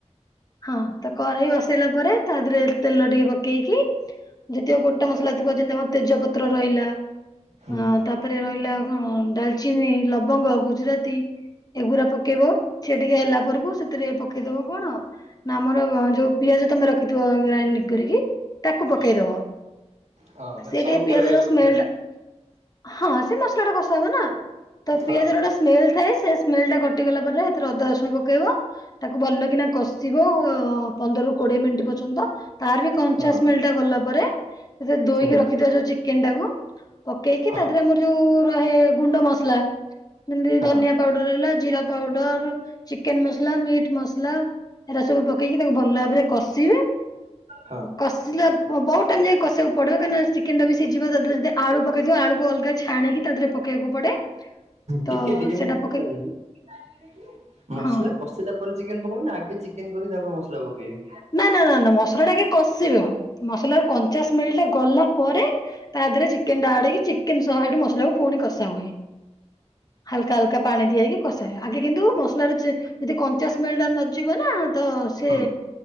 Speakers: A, on the left; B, on the right.
A: ହଁ ତ କରେଇ ବସେଇଲା ପରେ ତା ଦେହରେ ତେଲ ଟିକେ ପକେଇକି ଯେତିକ ଗୋଟା ମସଲା ଥିବ ଯେମିତି ଆମର ତେଜପତ୍ର ରହିଲା।
B: ହୁଁ।
A: ହ ତାପରେ ରହିଲା କଣ ଡାଲଚିନି, ଲବଙ୍ଗ, ଗୁଜୁରାତି ଏଗୁରା ପକେଇବ ସି ଟିକେ ହେଲା ପରକୁ ସେଥିରେ ପକେଇଦବ କଣ? ନା ଆମର ଯୋଉ ପିଆଜ ତମେ ରଖିଥିବ ଗ୍ରାଇଡିଂ କରିକି ତାକୁ ପକେଇଦବ।
B: ହଁ ହଁ ମାନେ
A: ସେ
B: ସବୁ
A: ଟିକେ ପିଆଜ
B: କରେ
A: ର
B: ଗୋଟେ
A: ସ୍ମେଲଟା ହଁ ସେ ମସଲା ଟା କଷା ହୁଏ ନା। ତ
B: ହଁ
A: ପିଆଜର
B: ହଁ
A: ଗୋଟେ ସ୍ମେଲ ଥାଏ ସେ ସ୍ମଲ ଟା କଟିଗଲା ପରେ ଏଥିରେ ଅଦା ର ପକେଇବ ତାକୁ ଭଲ କିନା କଷିବ ପନ୍ଦରରୁୁ କୋଡିଏ ମିନିଟ୍ ପର୍ଯ୍ୟନ୍ତ। ତାର ବି ପଞ୍ଚା
B: ହଁ
A: ସ୍ମେଲ ଟା ଗଲା ପରେ ସେ ଦୋଇକି
B: ହୁଁ
A: ରଖିଥଥିବା ଯୋଉ ଚିକେନ ଟାକୁ ପକେଇକି
B: ହଁ।
A: ତା ଦେହରେ ଆମର ଯୋଉ ରହେ ଗୁଣ୍ଡ ମସଲା ଯେମିତି
B: ହଁ
A: ଧନିଆ ପାଉଡର ହେଲା ଜିରା ପାଉଡର, ଚିକେନ ମସଲା, ମିଟ୍ ମସଲା। ଏଟା ସବୁ ପକେଇକି ତାକୁ ଭଲ ଭାବରେ କଷିବେ
B: ହଁ
A: କଷିଲେ ବହୁତ ଟାଇମ ଯାଏ କସିବାକୁ ପଦିବ କାହିଁକିନା ଚିକେନ ଟା ବି ସିଝିବ ତା ଦେହରେ ଯଦି ଆଳୁ ପକେଇଥିବ ଆଳୁକୁ ଅଲଗା ଛଣିକି ତା ଦେହରେ <unintelligible> ପଡେ। ତ
B: ଟିକେ ଟିକେ
A: ସେଇଟା
B: ମୁଁ ବୁଝିପାରିଲିନି
A: ପକେଇକି
B: ମସଲା
A: ହଁ
B: କଷିଲା ପରେ ଚିକେନ ପକେଇବି ନା ଆଗେ ଚିକେନ କରି ତାପରେ ମସଲା ପକେଇବି?
A: ନା ନା ନା ନା ମସଲା ଟା ଆଗେ କଷିବ। ମସଲା ର କଞ୍ଚା ସ୍ମଲ ଟା ଗଲା ପରେ ତା ଦେହରେ ଚିକେନ ଟା ଆଡେଇକି ଚିକେନ ସହ ଏଠୁ ମସଲା କୁ ପୁଣି କଷା ହୁଏ। ହାଲକା ହାଲକା ପାଣି ଦିଆଇକି କଷାଏ ଆଗେ କିନ୍ତୁ ମସଲାର ଯଦି କଞ୍ଚା ସ୍ମଲ ଟା ନଯିବ ନା ତ ସିଏ
B: ହଁ